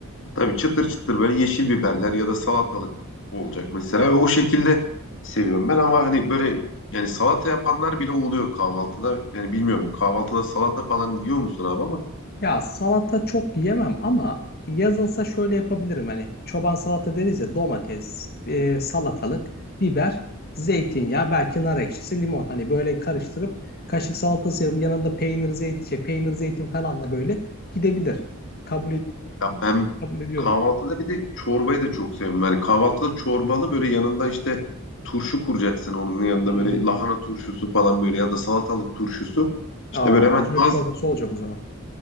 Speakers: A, on the left (about 60°); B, on the left (about 45°).
A: Tabii çıtır çıtır böyle yeşil biberler ya da salatalık olacak mesela. Ve O şekilde seviyorum ben ama hani böyle yani salata yapanlar bile oluyor kahvaltıda. Yani bilmiyorum kahvaltıda salata falan yiyor musun abi ama
B: Ya salata çok yemem ama yazınsa şöyle yapabilirim hani çoban salata deriz ya domates, e, salatalık, biber, zeytinyağı, belki nar ekşisi, limon hani böyle karıştırıp kaşık salatası yap- yanında peynir zeytin şey, peynir zeytin falan da böyle gidebilir. Kabul, et-
A: ya ben
B: kabul ediyorum.
A: kahvaltıda bir de çorbayı da çok seviyorum. Yani kahvaltıda çorbalı böyle yanında işte turşu kuracaksın onun yanında
B: Hmm.
A: böyle lahana turşusu falan böyle ya da salatalık turşusu. İşte
B: Aa,
A: böyle
B: mercimek
A: hemen az
B: çorbası olacak o zaman.